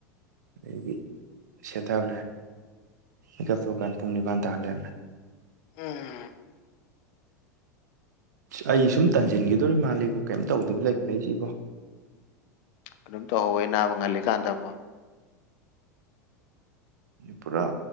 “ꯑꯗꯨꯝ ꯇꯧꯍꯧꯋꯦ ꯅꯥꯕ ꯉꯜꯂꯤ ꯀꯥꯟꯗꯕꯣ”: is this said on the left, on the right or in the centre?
Left